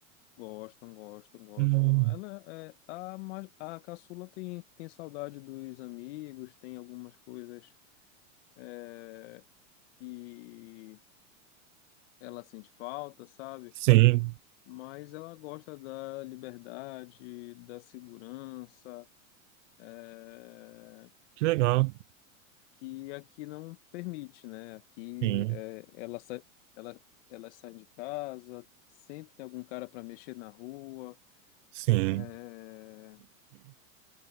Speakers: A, on the left (about 55°); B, on the right (about 60°).
A: gostam, gostam, gostam.
B: Hum,
A: Ela, é, a, ma- a caçula tem, tem saudade dos amigos, tem algumas coisas, é, que ela sente falta, sabe?
B: Sim.
A: Mas ela gosta da liberdade, da segurança. é,
B: Que legal.
A: que aqui não permite, né? Aqui
B: Sim.
A: é, ela sai, ela, ela sai de casa, sempre tem algum cara para mexer na rua.
B: Sim.
A: é,